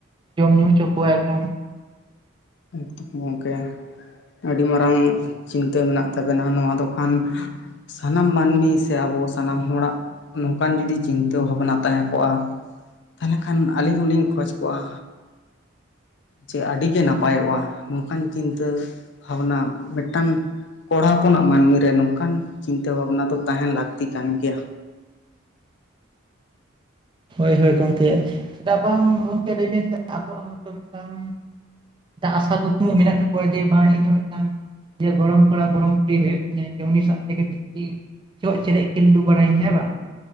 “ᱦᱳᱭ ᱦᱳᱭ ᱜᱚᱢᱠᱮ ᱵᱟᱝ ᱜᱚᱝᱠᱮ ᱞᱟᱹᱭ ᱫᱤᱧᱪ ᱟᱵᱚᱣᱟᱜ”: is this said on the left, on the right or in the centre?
Right